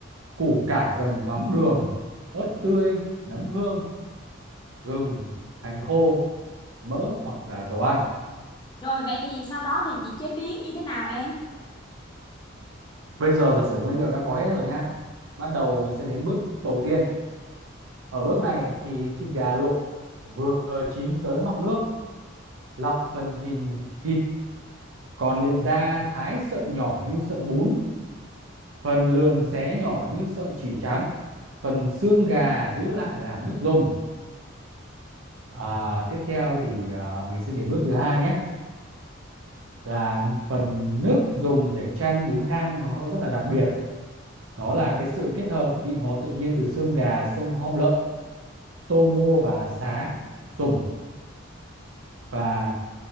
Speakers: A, on the right; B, on the left.
A: củ cải dầm mắm đường ớt tươi nấm hương gừng hành khô mỡ hoặc là dầu ăn
B: Rồi vậy thì sau đó thì chị chế biến như thế nào em?
A: bây giờ giả sử nguyên liệu đã có hết rồi nha bắt đầu mình sẽ đến bước đầu tiên ở bước này thì thịt gà luộc vừa chín tới mọng nước lọc phần thìn- thịt còn liền ra thái sợi nhỏ như sợi bún phần lườn xé nhỏ như sợi chỉ trắng phần xương gà giữ lại làm nước dùng à, tiếp theo thì à, mình sẽ đến bước thứ hai nhé là phần nước dùng để chan bún thang nó rất là đặc biệt đó là cái sự kết hợp vị ngọt tự nhiên từ xương gà xương hom lợn tôm ngô và sá dùng và